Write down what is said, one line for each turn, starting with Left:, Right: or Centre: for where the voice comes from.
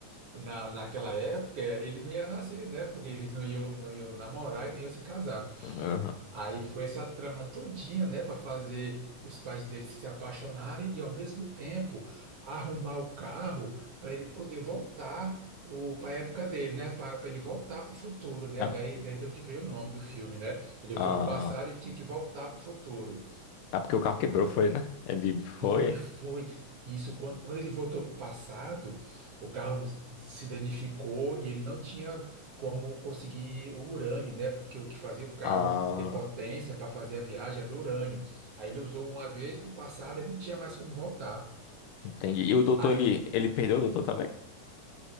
Right: na, naquela época, ele não ia nascer, né? Porque eles não iam, não iam namorar e nem iam se casar.
Left: Uhum.
Right: Aí foi essa trama todinha, né, para fazer os pais dele se apaixonarem e ao mesmo tempo arrumar o carro para ele poder voltar para a época dele, né, para ele voltar para o futuro, né,
Left: Ah,
Right: daí, daí de onde veio o nome do filme, né? Ele
Left: ah,
Right: foi para o passado e tinha que voltar para o futuro.
Left: ah, porque o carro quebrou, foi, né? Ele foi.
Right: Foi, foi. Isso, quando, quando ele voltou para o passado, o carro se danificou e ele não tinha como conseguir o urânio, né? Porque o que fazia o carro
Left: Ah,
Right: ter potência para fazer a viagem era o urânio. Aí ele usou uma vez para o passado, ele não tinha mais como voltar.
Left: entendi. E o doutor,
Right: Aí,
Left: ele, ele perdeu o doutor também?